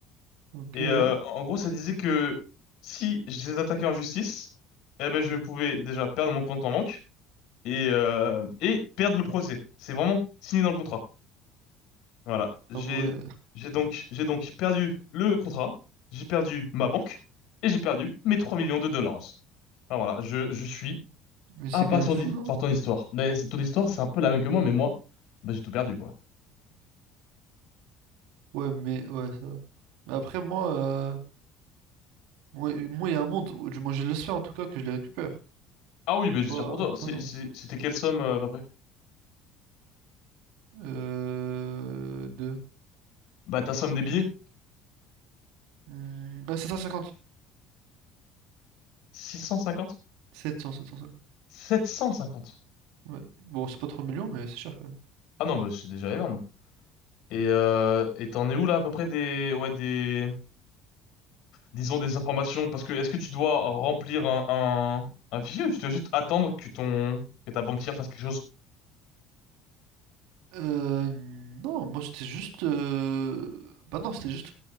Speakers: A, on the right (about 85°); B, on the left (about 70°).
A: Ok,
B: Et
A: ouais.
B: euh, en gros, ça disait que si je les attaquais en justice, eh ben, je pouvais déjà perdre mon compte en banque et, euh, et perdre le procès. C'est vraiment signé dans le contrat. Voilà. J'ai,
A: Ah ouais.
B: j'ai donc, j'ai donc perdu le contrat, j'ai perdu ma banque et j'ai perdu mes 3 millions de dollars. Enfin, voilà, je, je suis
A: Mais c'est
B: abasourdi
A: quand même fou, non?
B: par ton histoire. Mais c'est- ton histoire, c'est un peu la même que moi, mais moi, bah, j'ai tout perdu, quoi.
A: Ouais, mais ouais, ça. va. Mais après, moi, euh, moi, moi, il y a un monde, où- du moins, je l'espère en tout cas que je les récupère.
B: Ah oui, bah,
A: Toi,
B: j'espère pour toi.
A: toi,
B: C'est-
A: non.
B: c'est- C'était quelle somme, euh, à peu près?
A: Euh, deux.
B: Bah, ta somme des billets,
A: Hmm, ah, sept cent
B: 650?
A: 750.
B: 750.
A: Ouais. Bon, c'est pas 3 millions, mais c'est cher quand même.
B: Ah non, bah, c'est déjà énorme. Et euh, et t'en es où là à peu près des ouais des disons des informations parce que est-ce que tu dois remplir un un, un fichier ou tu dois juste attendre que ton que ta banquière fasse quelque chose?
A: Euh, non, moi, c'était juste. euh, Bah non, c'était juste